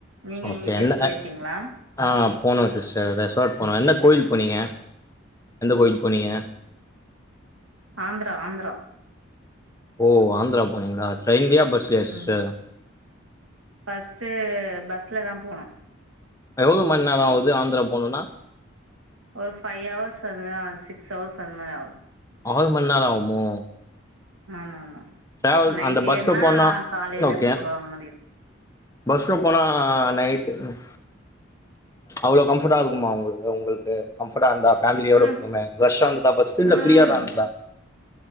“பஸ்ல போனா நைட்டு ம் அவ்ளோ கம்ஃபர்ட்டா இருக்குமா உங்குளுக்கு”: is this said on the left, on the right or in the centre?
Left